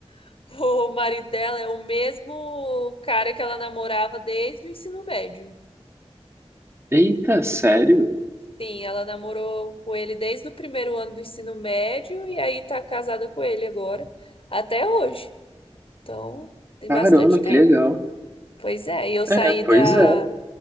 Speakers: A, on the left (about 55°); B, on the right (about 25°).
A: <laughs> o marido dela é o mesmo cara que ela namorava desde o ensino médio.
B: Eita, sério?
A: Sim, ela namorou com ele desde o primeiro ano do ensino médio e aí tá casada com ele agora, até hoje. Então, tem
B: Caramba,
A: bastante tempo.
B: que legal.
A: Pois é, e eu saí
B: É, pois
A: da
B: é.